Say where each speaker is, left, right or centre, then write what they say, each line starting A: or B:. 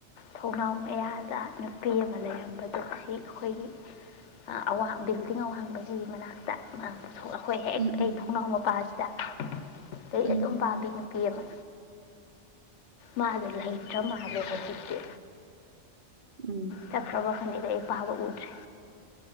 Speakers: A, on the left; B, on the right.
A: ꯊꯣꯡꯅꯥꯎ ꯃꯌꯥꯗ ꯅꯨꯄꯤ ꯑꯃ ꯂꯩꯔꯝꯕꯗꯣ ꯁꯤ ꯑꯩꯈꯣꯏꯒꯤ ꯑꯋꯥꯡ ꯕꯤꯜꯗꯤꯡ ꯑꯋꯥꯡꯕꯁꯤꯒꯤ ꯃꯅꯥꯛꯇ ꯑꯩꯈꯣꯏ ꯍꯦꯛ
B: ꯎꯝ ꯎꯝ
A: ꯑꯩ ꯊꯣꯡꯅꯥꯎ ꯃꯄꯥꯁꯤꯗ ꯂꯥꯏꯔꯤꯛ
B: ꯎꯝ
A: ꯑꯗꯨꯝ ꯄꯥꯕꯤ ꯅꯨꯄꯤ ꯑꯃ ꯃꯥꯗꯣ ꯂꯩꯇꯔ ꯃꯥꯜꯂꯦ ꯍꯧꯖꯤꯛꯆꯤ
B: ꯎꯝ
A: ꯆꯠꯈ꯭ꯔꯕ ꯈꯪꯗꯦ ꯂꯩ ꯄꯥꯕ ꯎꯗ꯭ꯔꯦ